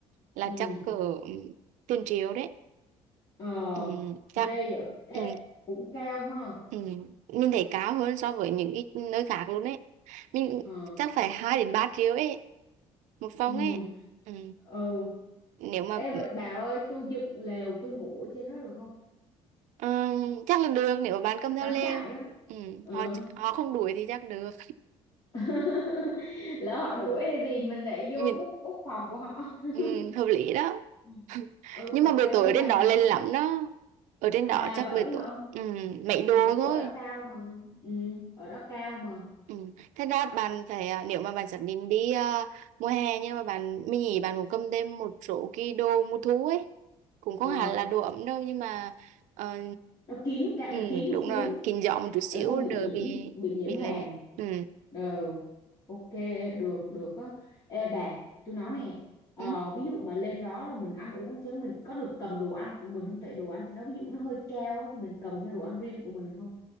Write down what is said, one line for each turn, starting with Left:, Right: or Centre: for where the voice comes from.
Right: là
Left: ừ
Right: chắc cỡ ừm, tiền triệu đấy
Left: ờ
Right: Ừm, chắc
Left: ghê vậy Ê,
Right: ừ,
Left: cũng cao ha
Right: Ừ. Mình thấy cao hơn so với những cái nơi khác luôn ấy. Mình
Left: ờ
Right: chắc phải 2 đến 3 triệu ấy, một phòng
Left: ừ
Right: ấy. Ừ.
Left: ừ
Right: Nếu mà
Left: Ê, vậy bà ơi tôi dựng lều tôi ngủ ở trên đó được không
Right: ừ, chắc là được nếu mà bạn cầm theo
Left: cắm
Right: lều.
Left: trại á
Right: Ừ.
Left: ừ
Right: Họ họ không đuổi thì chắc được.
Left: <laughs> lỡ họ đuổi thì mình để vô
Right: Mình
Left: bút bút phòng của họ
Right: ừ,
Left: <laughs>
Right: hợp lý đó.
Left: ừ
Right: <laughs>
Left: Ừ,
Right: Nhưng
Left: b-
Right: mà buổi
Left: bà lên
Right: tối ở
Left: Bà
Right: trên
Left: Nà
Right: đó lên
Left: chưa
Right: lắm đó. Ở trên
Left: à
Right: đó chắc
Left: vậy
Right: buổi
Left: hả
Right: tối ừ, mấy
Left: ừ
Right: đồ thôi.
Left: ở đó cao mà ừ ở đó cao mà
Right: Ừ. Thế ra bạn phải à, nếu mà bạn xác định đi à, mùa hè nhưng mà bạn mình nghĩ bạn cũng cầm thêm một số cái đồ mùa thu ấy cũng không
Left: ờ
Right: hẳn là đồ ấm đâu nhưng mà ờ,
Left: nó kín cả
Right: ừ,
Left: kín một
Right: đúng
Left: xíu
Right: rồi kín gió một chút xíu
Left: để không bị
Right: đỡ
Left: nhiễm
Right: bị
Left: bị nhiễm
Right: bị
Left: hàn
Right: lạnh ừ.
Left: ờ ok được được á ê bà tôi nói nè ờ,
Right: Ừ.
Left: ví dụ mà lên đó là mình ăn uống chứ mình có được cầm đồ ăn của mình không tại đồ ăn trên đó ví dụ nó hơi cao á, thì mình cầm theo đồ ăn riêng của mình được không